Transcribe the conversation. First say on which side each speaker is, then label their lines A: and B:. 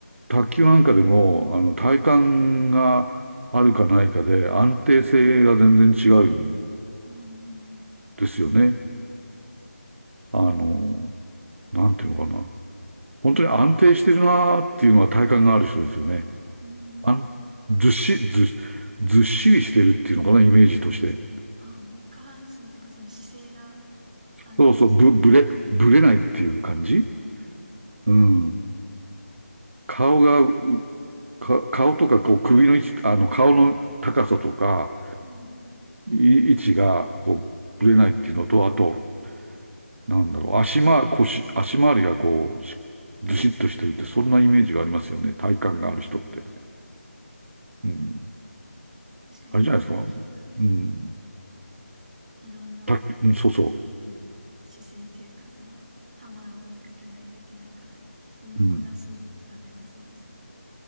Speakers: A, on the right (about 60°); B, on the right (about 35°).
A: 卓球なんかでも、あの、体幹があるかないかで安定性が全然違うん
B: うーん。
A: ですよね。あの、なんていうのかな。本当に安定してるなーっていうのは体幹がある人ですよね。
B: うん。
A: あん、ずっし、ずっ、ずっしりしてるっていうのかな、イメージとして。
B: ああ、もう下半身っていうか、その姿勢が、安定してて、
A: そうそう、ぶ、ぶれ、ぶれないっていう感じ
B: ああ、
A: うん。顔が、か、顔とか、こう、首の位置、あの、顔の高さとか、
B: うん。
A: い位置が、こう、ぶれないっていうのと、あと、なんだろう、足ま、腰、足回りがこう、しずしっとしてるって、そんなイメージがありますよね。体幹がある人って。
B: ああ、
A: うん。
B: 確かになんか卓球、
A: あれじゃないですか。うん。
B: うん、いろんな
A: 卓球うん、そうそ
B: うん。姿勢っていうか、その、球を追いかけないといけないから、身のこなしが大事そうですね。
A: う。うん。